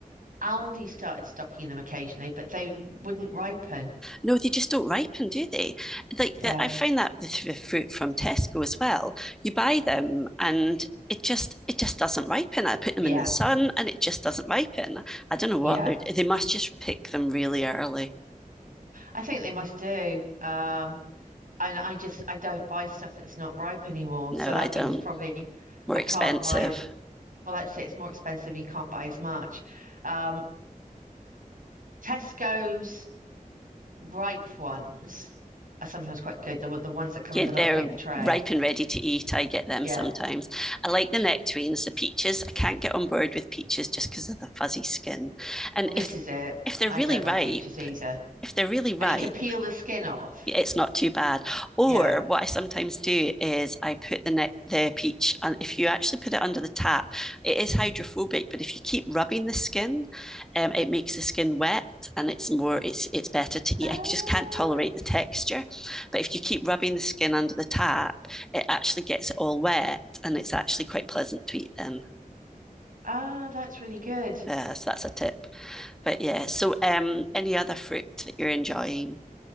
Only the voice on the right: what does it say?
Aldi started stocking them occasionally, but they wouldn't ripen.
Yeah.
Yeah.
Yeah,
I think they must do. Um, and I just I don't buy stuff that's not ripe anymore.
So that
means probably
I
can't buy as well. That's it. It's more expensive. and You can't buy as much. Um, Tesco's ripe ones are sometimes quite good. The one- the ones that come
in the little
paper tray.
Yeah.
Well, this
is it.
I
don't
like peaches either.
And you can peel the skin off.
Yeah.
Ah,
ah, that's really good.